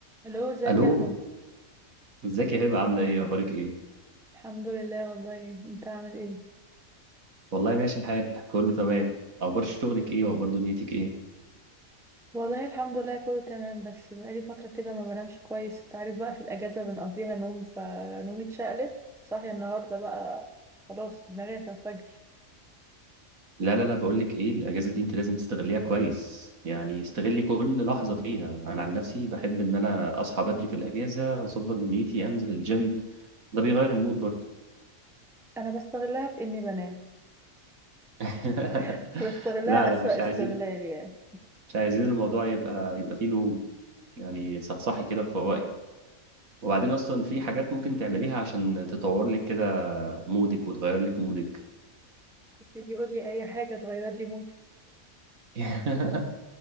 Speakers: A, in the centre; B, on the right.
A: الو ازيك
B: الو
A: يا احمد
B: ازيك يا هبه عامله ايه اخبارك ايه
A: الحمد لله والله انت عامل ايه
B: والله ماشي الحال كله تمام اخبار شغلك ايه واخبار دنيتك ايه
A: والله الحمد لله كله تمام بس بقالي فتره كده ما بنامش كويس انت عارف بقى في الاجازه بنقضيها نوم فنومي اتشقلب صاحيه النهارده بقى خلاص دماغي هتنفجر
B: لا لا لا بقول لك ايه الاجازه دي انت لازم تستغليها كويس يعني استغلي كل لحظه فيها انا عن نفسي بحب ان انا اصحى بدري في الاجازه اظبط دنيتي انزل الجيم ده بيغير المود برضه
A: انا بستغلها في اني بنام
B: <laughs>
A: <laughs> بستغلها
B: لا لا
A: اسوأ
B: مش
A: استغلال
B: عايزين
A: يعني
B: مش عايزين الموضوع يبقى يبقى فيه نوم يعني صحصحي كده فوقي وبعدين اصلا في حاجات ممكن تعمليها عشان تطور لك كده مودك وتغير لك مودك
A: تيجي يقول لي اي حاجه تغير لي مودي
B: <laughs>